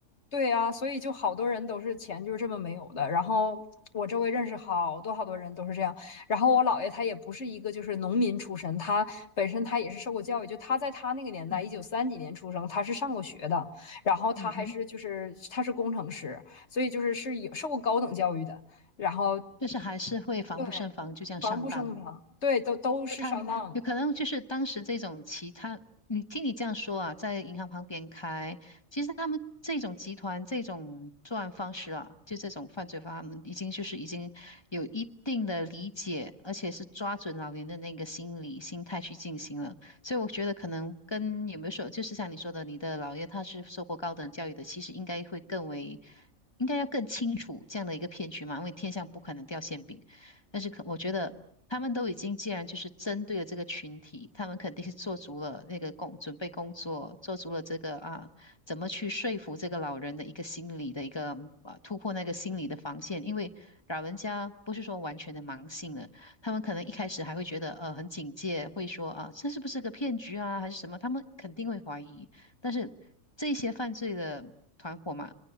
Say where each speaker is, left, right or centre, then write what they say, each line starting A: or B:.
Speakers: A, on the left (about 55°); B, on the left (about 20°).
A: 对啊，所以就好多人都是钱就是这么没有的。然后我周围认识好多好多人都是这样。然后我姥爷他也不是一个就是农民出身，他本身他也是受过教育，就他在他那个年代，
B: 嗯
A: 一九三几年出生，他是上过学的，然后他还是就是他是工程师，
B: 嗯哼，
A: 所以就是是有受过高等教育的。然后
B: 就是还是会防不胜防，
A: 对，
B: 就这样上当了。
A: 防不胜防，对，都都是上当，
B: 对他们有可能就是当时这种其他，你听你这样说啊，在银行旁边开，其实他们这种集团这种作案方式啊，就这种犯罪方法，他们已经就是已经有一定的理解，而且是抓准老人的那个心理心态去进行了。所以我觉得可能跟有没有说，就是像你说的，你的姥爷他是受过高等教育的，其实应该会更为。应该要更清楚这样的一个骗局嘛，因为天上不可能掉馅饼。但是可我觉得他们都已经既然就是针对了这个群体，他们肯定是做足了那个工，准备工作，做足了这个啊，怎么去说服这个老人的一个心理的一个啊，突破那个心理的防线，因为老人家不是说完全的盲信了，他们可能一开始还会觉得呃很警戒，会说啊这是不是个骗局啊还是什么，他们肯定会怀疑，但是这些犯罪的团伙嘛。